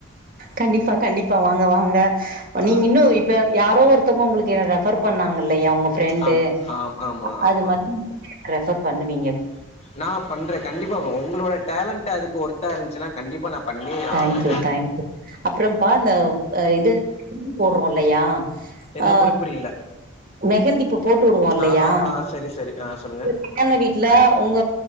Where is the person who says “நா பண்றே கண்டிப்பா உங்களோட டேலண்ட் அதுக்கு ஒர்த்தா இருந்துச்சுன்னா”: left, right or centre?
Left